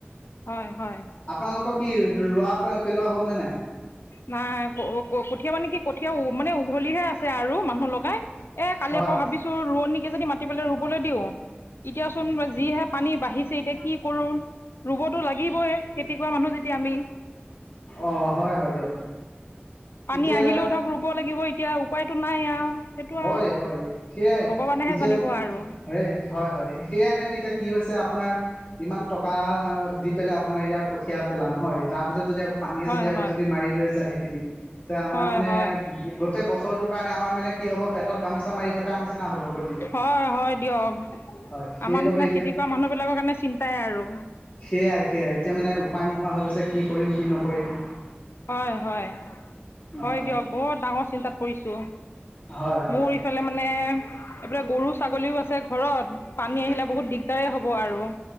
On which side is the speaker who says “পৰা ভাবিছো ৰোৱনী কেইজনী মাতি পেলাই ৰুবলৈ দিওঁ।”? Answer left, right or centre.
Left